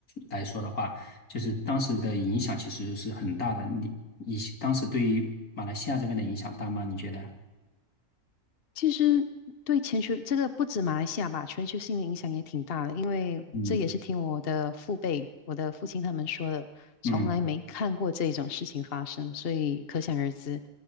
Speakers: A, on the left; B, on the left.
A: 来说的话，就是当时的影响其实是很大的。你你当时对于马来西亚这边的影响大吗？你觉得？
B: 其实对全球这个不止马来西亚吧，全球性的影响也挺大的，因为这也是听我的父辈、
A: 嗯
B: 我的父亲他们说的，从来没看过这种事情发生，
A: 嗯
B: 所以可想而知。